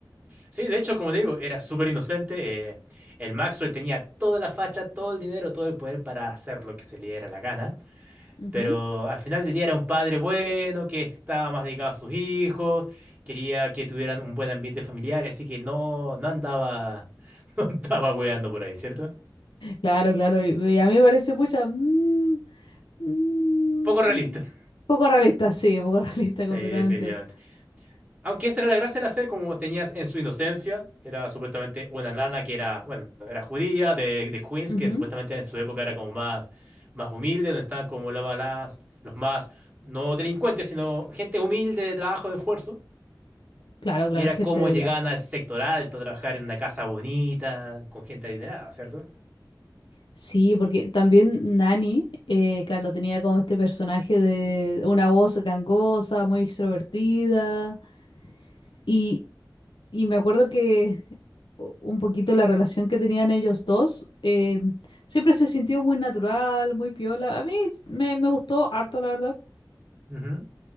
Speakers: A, on the right; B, on the left.
A: Sí, de hecho, como te digo, era súper inocente. eh, el Maxwell tenía toda la facha, todo el dinero, todo el poder para hacer lo que se le diera la gana.
B: Ujú.
A: Pero al final del día era un padre bueno, que estaba más dedicado a sus hijos, quería que tuvieran un buen ambiente familiar, así que no, no andaba, <laughs> no andaba weando por ahí, ¿cierto?
B: Claro, claro, y, y a mí me parece, pucha, mm, Mm,
A: Poco realista.
B: mm.
A: <laughs>
B: Poco realista, sí, poco <laughs> realista
A: Sí,
B: completamente.
A: definitivamente. Aunque esa era la gracia de la serie, como tenías en su inocencia, era supuestamente una nana que era, bueno, era judía, de, de Queens,
B: Ujú.
A: que supuestamente en su época era como más, más humilde, donde estaban como la- las, los más, no delincuentes, sino gente humilde de trabajo, de esfuerzo.
B: Claro, claro,
A: Y era
B: gente
A: cómo
B: de
A: llegaban
B: trabajo.
A: al sector alto, a trabajar en una casa bonita, con gente adinerada, ¿cierto?
B: Sí, porque también Nani, eh, claro, tenía como este personaje de una voz gangosa, muy extrovertida. Y, y me acuerdo que u- un poquito la relación que tenían ellos dos eh, siempre se sintió muy natural, muy piola. A mí me, me gustó harto, la verdad.
A: Ujú.